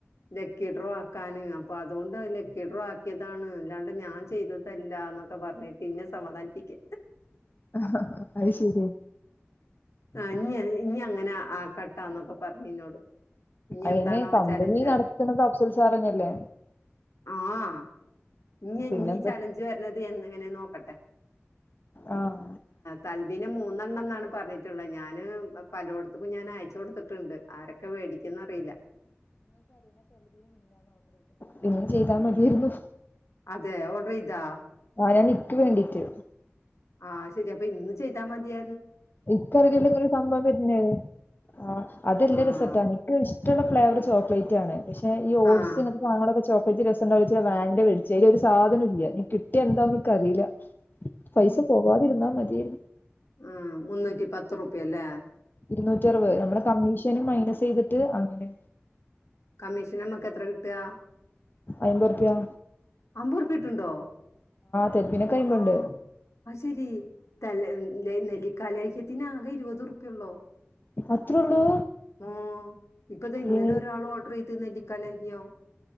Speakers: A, on the left; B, on the left.
A: ലക്കിട്രോ ആക്കാാന് അപ്പൊ അതുകൊണ്ട് ലക്കിട്രോ ആക്കിയതാണ് അല്ലാണ്ട് ഞാൻ ചെയ്തതല്ല ന്നൊക്കെ പറഞ്ഞിട്ട് ഇന്ന സമാധാനിപ്പിക്ക
B: ആഹ അഐ ശരിരി
A: ആ ഇനി ഇനി അങ്ങനെ ആ കട്ടാന്നൊക്കെ പറഞ്ഞു ഇന്നോട് ഇനി
B: അയിന്
A: എന്താണാവോ
B: കമ്പനി
A: ചലഞ്ച്
B: നടത്തണ അഫ്സൽ സാറന്നല്ലേ
A: ആഹ് ഇനി
B: പിന്നെന്താ
A: നീ ചലഞ്ച് വരത് ങ്ങനെ നോക്കട്ടെ
B: ആഹ്
A: തലബീ നെ മൂന്ന പാണ് പറഞ്ഞിട്ടുള്ളത് ഞാന് പലോടത്തക്കും ഞാൻ അയച്ച കൊടുത് ണ്ട് ആരൊക്കെ വേടിക്കന്നറിയില്ല
B: പിന്നും ചെയ്താ മതിയായിരുന്നു
A: അതെ ഓട്ര ഇതാ
B: ആ ഞാൻ നിക്ക് വേണ്ടീട്ട്
A: ആ ശരി അപ്പ ഇന്ന് ചെയ്താ മതിയ
B: ഇക്കറിതില്ലാ ഇങ്ങനൊരു സംഭവം വെര്ന്നേ ആ അതെല്ല
A: ആഹ്
B: രസത്താ നിക്ക് ഇഷ്ടള്ള ഫ്ലേവർ ചോക്ലേറ്റാണ് പക്ഷെ ഈ ഓട്സ്
A: ആഹ്
B: ഇങ്ങൻത്തെ സാനങ്ങളൊക്കെ ചോ <unintelligible> രസ ഇണ്ടാവുലാച്ച്‌ വാനില വേട്ച്ച് അയിൽ ഒരു സാധനും ഇല്ല ഇഞ് കിട്ടിയെ എന്താന്നും ഇക്ക് അറീലാ പൈസ പോവാതിരുന്നാ മതേയ്ന്നു
A: ആ മുന്നൂറ്റി പത്ത്റുപ്യ ലെ
B: ഇരുന്നൂറ്റി അറുപയ് നമ്മളെ കമ്മീഷനും മൈനസ് ചെയ്തിട്ട് അങ്ങനെ
A: കമ്മീഷൻ അമ്മക്ക് എത്ര കിട്ടാ
B: എയ്മ്പോർപ്യ
A: അമ്പർപ്യ കിട്ട്ണ്ടോ
B: തെൽബിനൊക്കെ അയിമ്പുണ്ട്
A: ആ അ അയ് ശരി ത്തലെ ഹ് ലെ നെല്ലിക്കാ ലെ ത്തിന് ആകെ ഇരുപത്റുപ്യ ഒള്ളോ
B: അത്രേ ഉള്ളൂ
A: ആ ഇപ്പ ഇത് ഇന്നലെ
B: ഏ
A: ഒരാൾ ഓർഡർ ചെയ്ത് നെ ക്കലോഞ്ഞോ